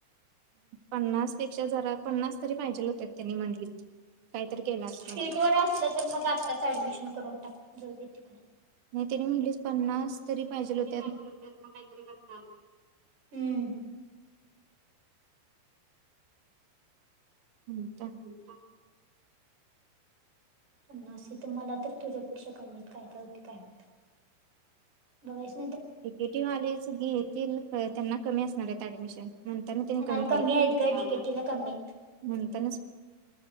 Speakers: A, on the right; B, on the right.
A: पन्नास पेक्षा जरा पन्नास तरी पाहिजे होत्या त्यांनी म्हंटलीत काहीतरी केला असतो
B: सीट
A: मग
B: वर असलं तर मग आत्ताच ऍडमिशन करून टाक जाऊ तिकडे
A: नाही तने म्हणटलीस पन्नास तरी पाहिजे होते
B: े लोकत म काहीतरी कर्
A: हम्म
B: हो का पण् नस तर मला तरी तुझ्यापेक्षा कमीत काय का होती काय हो बघ
A: ेटिव आलेज घेतील त्यांना कमी असणार आहेत ऍडमिशन त्यांनी कमी
B: नाल कममी आयत का टिकेट एला कममी
A: ह